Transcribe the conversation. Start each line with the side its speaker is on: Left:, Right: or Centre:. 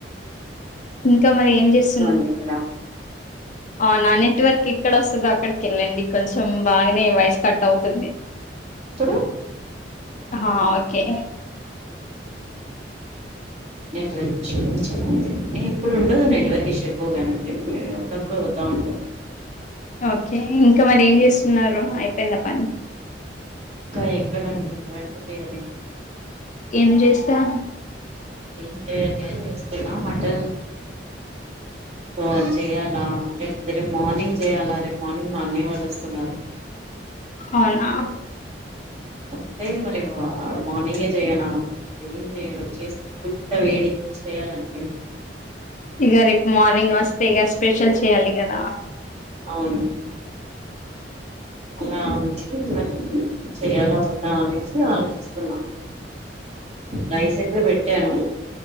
Left: ఇంకా మరి ఏం చేస్తుంది
Right: ఇష్యూ అండి ఇక్కడ
Left: అ నాని ఇటి వరక్ ఇక్కడ వస్తుందో అక్కడికి వెళ్ళండి కొంచెం బాగానే వయస్ కట్ అవుతుంది
Right: ఇప్పుడు
Left: హా ఓకే
Right: నెట్వర్క్ ఇష్యూ కొ ఉంతా ఎప్పుడు ఉండదు నెట్వర్క్ ఇష్యూ ఎక్కువగానియితే అప్పుడప్పుడు వతా ఉంటాయి
Left: ఓకే ఇంకా మరి ఏం చేస్తున్నారు అయిపోయిందా పని
Right: ఇంకా ఎక్కడంండి ఇంక వెంట చేయర
Left: ఏమి చేస్తా
Right: ఏం చేయాల ఏం చేస్తుకున్నా మటన్ సోది చేయ్యాలా లే రేపు మార్నింగ్ చేయాలా రేపు మార్నింగ్ మని వలుస్తున్నారు
Left: అవునా
Right: అస్తే మరి మార్నింగే చేయనా ఏం చేయను చేసి వేడి చేయాలండి
Left: ఇక రేపు మార్నింగ్ వస్తే ఇే స్పెషల్ చేయాలి కదా
Right: అవును అలా ఉంది మరి చెయాలా వద్దాం అనేసి ఆలోచిస్తున్నాం రైస్ అయితే పెట్టాను